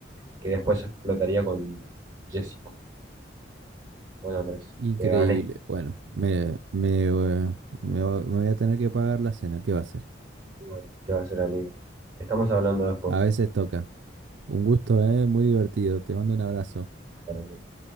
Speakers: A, on the right; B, on the right.
A: que después explotaría con Jessico. Bueno, Andrés,
B: Increíble.
A: te gané.
B: Bueno, me, me, eh, me va- me voy a tener que pagar la cena. ¿Qué va a hacer?
A: Bueno, ¿qué va a ser, amigo? Estamos hablando después.
B: A veces toca. Un gusto, ¿eh? Muy divertido. Te mando un abrazo.
A: Para que-